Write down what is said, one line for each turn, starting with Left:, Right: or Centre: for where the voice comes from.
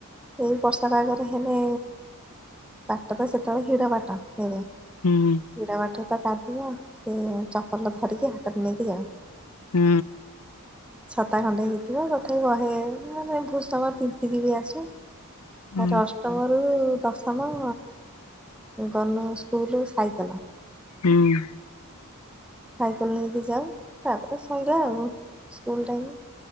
Centre: ଏଇ ବର୍ଷା ପାଗରେ ହେଲେ। ବାଟ ତ ସେତେବେଳେ ହିର ବାଟ <unintelligible>
Left: ହୁଁ।
Centre: ପିଢ ବାଟ ତ କାଦୁଅ ସେ ଚପଲ ଧରିକି ହାତରେ ନେଇକି ଯାଅ।
Left: ହୁଁ।
Centre: ଛତା ଖଣ୍ଡେ ହେଇଥିବ ତଥାପି ବହେ ମାନେ ଭୁସ ତିନ ଏତିକି ବି ଆସୁ
Left: ହୁଁ
Centre: ତାର ଅ ଅଷ୍ଟମରୁ ଦଶମ ଗଲୁ ସ୍କୁଲୁ ସାଇକଲ।
Left: ହୁଁ।
Centre: ସାଇକେଲ ନେଇକି ଯାଉ ତାପରେ ଶଇଲା ଆଉ ସ୍କୁଲ ଟାଇମ୍।